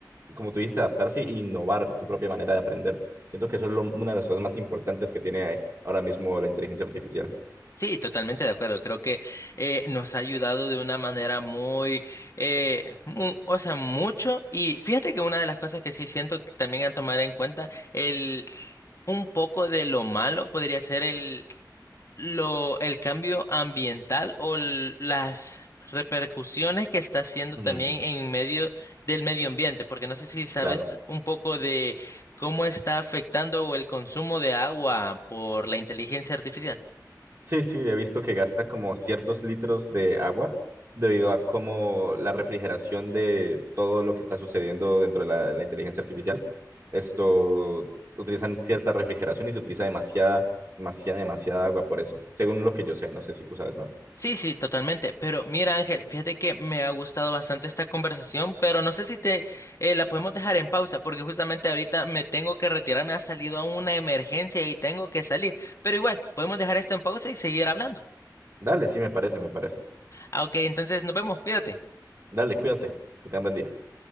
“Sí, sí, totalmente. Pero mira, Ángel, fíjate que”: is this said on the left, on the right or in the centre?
Left